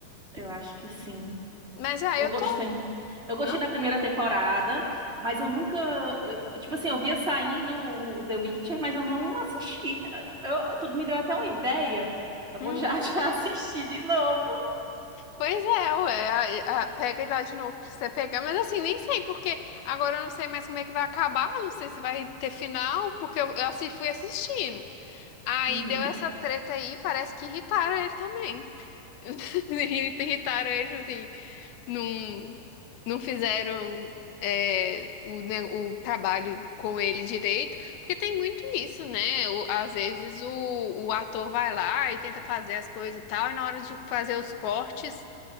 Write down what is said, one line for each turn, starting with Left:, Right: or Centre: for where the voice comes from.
Right: eu acho que sim.
Left: Mas aí
Right: Eu
Left: eu
Right: gostei.
Left: tô.
Right: Eu gostei
Left: Hã?
Right: da primeira temporada, mas eu nunca. eu- tipo assim, eu via saindo o, o The Witcher, mas eu não assisti. Eu, tudo me deu até uma ideia. Eu
Left: Hum.
Right: vou já <laughs> já assistir de novo.
Left: Pois é, ué, a- a- pega ele lá de novo pra você pegar, mas assim, nem sei, porque agora eu não sei mais como é que vai acabar, não sei se vai ter final, porque eu, eu assi- fui assistindo. Aí
Right: Uhum.
Left: deu essa treta aí, parece que irritaram ele também. <laughs> Irritaram ele, tipo assim. não, não fizeram é, o, ne- o trabalho com ele direito, porque tem muito isso, né? O- às vezes o, o ator vai lá e tenta fazer as coisas e tal, e na hora de fazer os cortes,